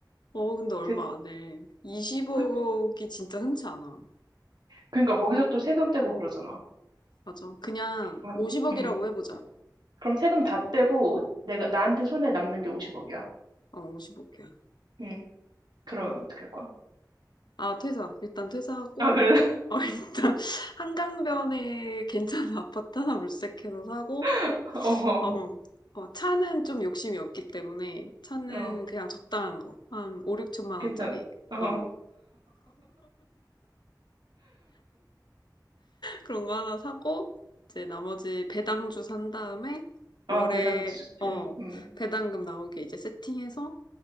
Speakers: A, on the left; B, on the right.
A: 어, 근데 얼마
B: 대,
A: 안 해. 20억이
B: 그,
A: 진짜 흔치 않아.
B: 그러니까 거기서 또 세금 떼고 그러잖아.
A: 맞아. 그냥
B: 아,
A: 50억이라고
B: 음.
A: 해보자.
B: 그럼 세금 다 떼고, 내가, 나한테 손에 남는 게 50억이야.
A: 어, 50억이야.
B: 음. 그러면 어떻게 할 거야?
A: 아, 퇴사. 일단 퇴사하고,
B: 아, 그래?
A: 어, 일단 <laughs> 한강변에 괜찮은 아파트 하나 물색해서 사고,
B: <laughs> 어,
A: 어, 어, 차는 좀 욕심이 없기 때문에 차는
B: 어,
A: 그냥 적당한 거. 한 5, 6천만
B: 괜찮아.
A: 원짜리.
B: 어,
A: 어, 그런 거 하나 사고, 이제 나머지 배당주 산 다음에
B: 아,
A: 월에,
B: 배당주 좋지.
A: 어,
B: 음,
A: 배당금 나오게 이제 세팅해서